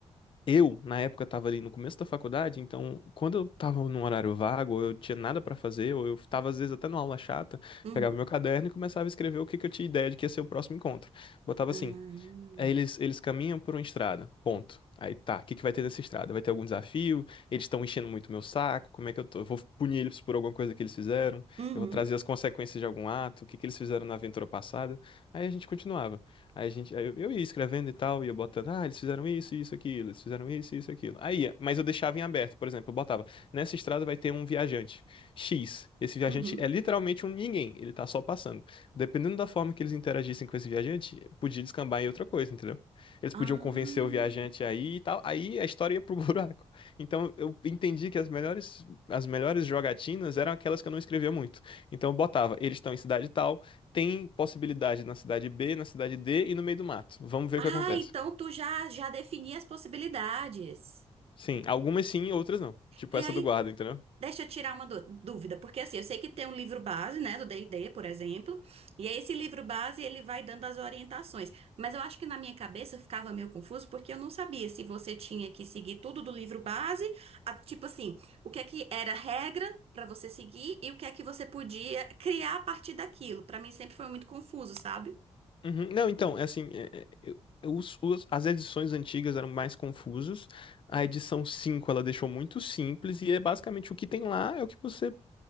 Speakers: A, on the left; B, on the right.
A: eu na época tava ali no começo da faculdade, então quando eu tava num horário vago, ou eu tinha nada pra fazer, ou eu tava às vezes até numa aula chata,
B: Uhum.
A: pegava meu caderno e começava a escrever o que que eu tinha ideia de que ia ser o próximo encontro. Botava
B: Ah.
A: assim, Aí eles, eles caminham por uma estrada, ponto. Aí tá, o que que vai ter nessa estrada? Vai ter algum desafio? Eles estão enchendo muito meu saco? Como é que eu tô? Eu vou punir eles por alguma coisa que eles fizeram?
B: Uhum.
A: Eu vou trazer as consequências de algum ato? O que que eles fizeram na aventura passada? Aí a gente continuava. Aí a gente, aí eu, eu ia escrevendo e tal, ia botando, ah, eles fizeram isso, isso, aquilo, eles fizeram isso, isso, aquilo. Aí, ia, mas eu deixava em aberto, por exemplo, eu botava, nessa estrada vai ter um viajante X. Esse viajante
B: Uhum.
A: é literalmente um ninguém, ele tá só passando. Dependendo da forma que eles interagissem com esse viajante, podia descambar em outra coisa, entendeu? Eles
B: Ah.
A: podiam convencer o viajante aí e tal, aí a história ia pro <laughs> buraco. Então eu entendi que as melhores, as melhores jogatinas eram aquelas que eu não escrevia muito. Então eu botava, eles estão em cidade tal, tem possibilidade na cidade B, na cidade D e no meio do mato. Vamos ver
B: Ah,
A: o que acontece.
B: então tu já já defini as possibilidades.
A: Sim, algumas sim, outras não. Tipo
B: E
A: essa
B: aí
A: do guarda, entendeu?
B: Deixa eu tirar uma dú- dúvida, porque assim, eu sei que tem um livro base, né, do D&D, por exemplo, e aí esse livro base ele vai dando as orientações, mas eu acho que na minha cabeça eu ficava meio confuso porque eu não sabia se você tinha que seguir tudo do livro base, a- tipo assim, o que é que era regra pra você seguir e o que é que você podia criar a partir daquilo. Pra mim sempre foi muito confuso, sabe?
A: Uhum. Não, então, é assim, é- é- eu- eu- os- os- as edições antigas eram mais confusas. A edição 5, ela deixou muito simples e é basicamente o que tem lá é o que você